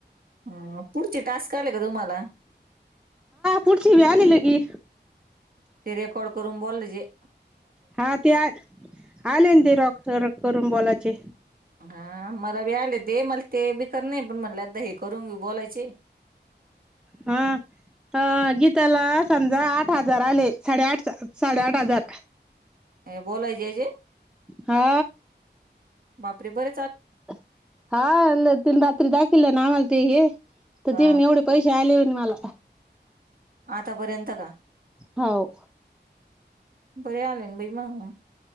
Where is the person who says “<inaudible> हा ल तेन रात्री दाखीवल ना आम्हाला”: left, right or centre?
Centre